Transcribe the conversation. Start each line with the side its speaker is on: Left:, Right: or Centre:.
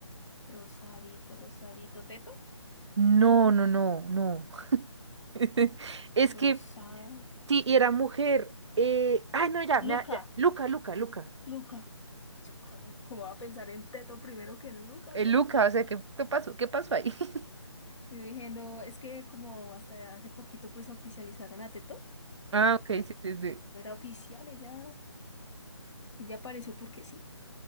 Left: Rosadito, rosadito, teto,
Right: No, no, no, no. <laughs> Es
Left: rosado.
Right: que sí, y era mujer. Eh... Ay, no, ya,
Left: Luca,
Right: me ha- ya. Luca, Luca, Luca.
Left: Luca. Yo, ¿Cómo, cómo va a pensar en Teto primero que en Luca?
Right: Eh,
Left: ¡Qué
Right: Luca,
Left: vergüenza!
Right: o sea, ¿qué, qué pasó? ¿Qué pasó ahí? <laughs>
Left: Yo dije, no, es que como hasta hace poquito pues oficializaron a Teto,
Right: Ah, ok,
Left: ella
Right: sí, sí, sí.
Left: no era oficial, ella, ella apareció porque sí.